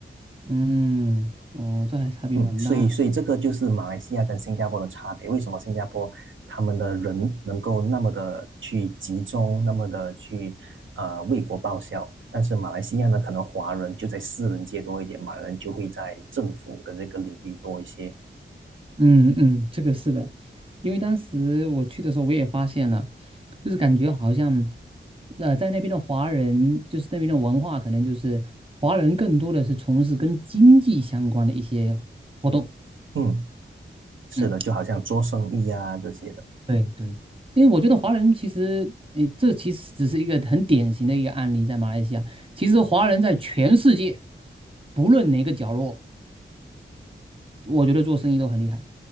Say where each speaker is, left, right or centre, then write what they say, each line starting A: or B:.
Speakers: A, on the right (about 25°); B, on the right (about 70°).
A: 嗯，哦，这还差别蛮大。
B: 嗯，所以所以这个就是马来西亚跟新加坡的差别。为什么新加坡他们的人能够那么的去集中，那么的去呃为国报效？但是马来西亚呢，可能华人就在私人界多一点，马来人就会在政府的这个领域多一些。
A: 嗯嗯，这个是的，因为当时我去的时候，我也发现了，就是感觉好像，呃，在那边的华人，就是那边的文化，可能就是华人更多的是从事跟经济相关的一些活动。
B: 嗯，是的，
A: 嗯，
B: 就好像做生意啊这些的。
A: 对对，因为我觉得华人其实，诶，这其实只是一个很典型的一个案例，在马来西亚，其实华人在全世界，不论哪个角落，我觉得做生意都很厉害。